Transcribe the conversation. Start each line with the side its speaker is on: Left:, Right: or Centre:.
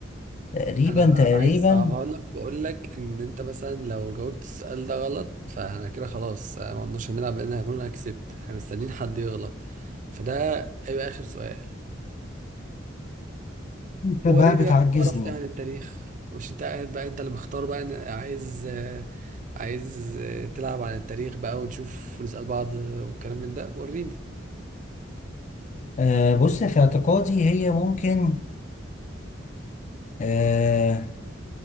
Left: تقريبا
Right: أنا
Left: تقريبا
Right: عايز أصعبها لك وأقول لك إن أنت مثلا لو جاوبت السؤال ده غلط فأنا كده خلاص آه، ما قلناش هنلعب لأن هكون أنا كسبت إحنا مستنيين حد يغلط فده هيبقى آخر سؤال
Left: انت
Right: وريني
Left: بقى بتعجزني
Right: بقى تعرف ايه عن التاريخ مش انت قاعد بقى انت اللي مختار بقى ان- عايز آه، عايز آه، تلعب عن التاريخ بقى ونشوف ونسأل بعض آه، والكلام من ده وريني
Left: آه بص في اعتقادي هي ممكن آه